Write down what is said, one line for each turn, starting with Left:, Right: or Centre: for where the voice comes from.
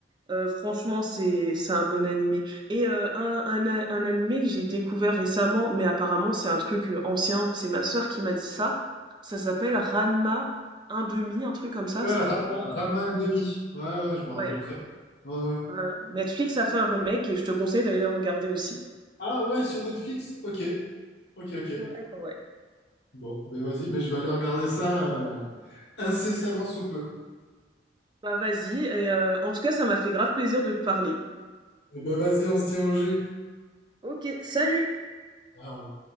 Right: euh, franchement c'est c'est un bon animé. Et euh, un, un, a- un animé que j'ai découvert récemment, mais apparemment c'est un truc euh, ancien, c'est ma sœur qui m'a dit ça. Ça s'appelle Ranma un demi, un truc comme ça.
Left: Euh,
Right: C'était
Left: Ranma,
Right: pas.
Left: Ranma un demi. Ouais, ouais, je me
Right: Ouais.
Left: rappelle très bien. Ouais, ouais.
Right: bah, Netflix a fait un remake et je te conseille d'aller le regarder aussi.
Left: Ah ouais, sur Netflix? Ok, ok, ok.
Right: Ouais, ouais, ouais.
Left: Bon, ben vas-y, ben je vais aller regarder ça euh, incessamment sous peu.
Right: Bah vas-y. Et euh, en tout cas, ça m'a fait grave plaisir de te parler.
Left: Et ben vas-y, on se tient au jus.
Right: Ok, salut!
Left: Ah, ok.